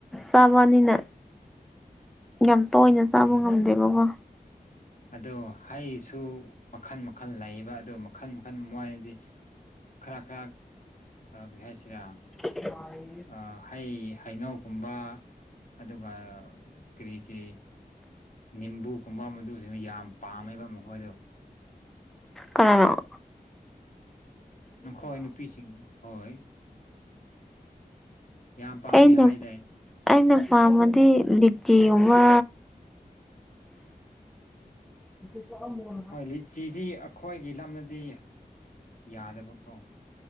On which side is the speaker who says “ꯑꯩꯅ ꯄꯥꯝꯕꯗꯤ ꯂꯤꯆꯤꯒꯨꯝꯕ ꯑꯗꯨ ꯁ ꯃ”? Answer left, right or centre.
Centre